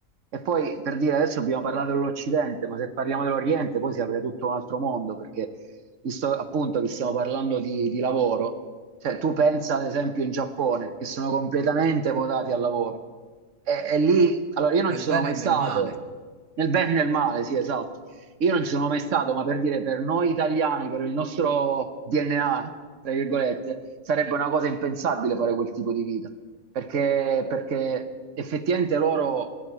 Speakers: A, on the right; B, on the right.
A: E poi per dire, adesso abbiamo parlato dell'Occidente, ma se parliamo dell'Oriente poi si apre tutto un altro mondo, perché visto appunto che stiamo parlando di, di lavoro, cioè tu pensa ad esempio in Giappone, che sono completamente votati al lavoro. E, e lì, allora io non
B: nel
A: ci sono
B: bene
A: mai
B: e
A: stato,
B: nel male.
A: nel bene e nel male, sì, esatto. Io non ci sono mai stato, ma per dire, per noi italiani, per il nostro DNA, tra virgolette, sarebbe una cosa impensabile fare quel tipo di vita, perché, perché effettivamente loro